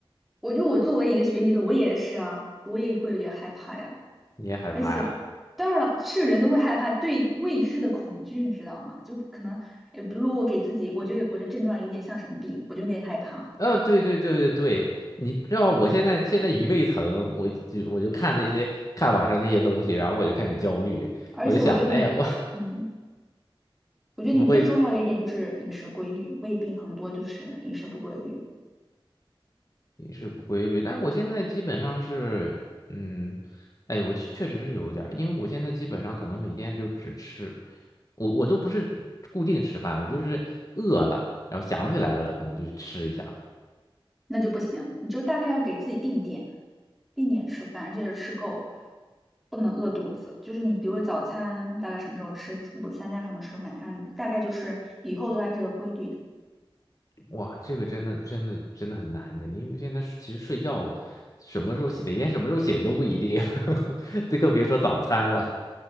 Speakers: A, in the centre; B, on the left.
A: 我就我作为一个学医的，我也是啊，我也会有点害怕呀。
B: 你也害怕呀？
A: 而且，当然是人都会害怕对未知的恐惧，你知道吗？就可能，哎，比如说我给自己，我觉得我的症状有点像什么病，我就有点害怕。
B: 呃，对对对对对，你知道我现在现在一胃疼，我就我就看那些看网上那些东西，然后我就开始焦虑，
A: 而且我觉得你，
B: 我就想，哎呀，我
A: 嗯。我觉得你最重要的一点就是饮食规律，
B: <laughs> 不会
A: 胃病很多就是饮食不规律，
B: 饮食不规律，但我现在基本上是，嗯，哎，我确确实是有一点儿，因为我现在基本上可能每天就只吃，我我都不是固定吃饭，我就是饿了，然后想起来了，可能就吃一下。
A: 那就不行。你就大概要给自己定点，定点吃饭，而且吃够，不能饿肚子。就是你比如说早餐大概什么时候吃，午餐大概什么时候，晚餐大概就是以后都按这个规律。的。
B: 哇，这个真的真的真的很难的，因为现在其实睡觉什么时候每天什么时候醒都不一定，<laughs> 这更别说早餐了。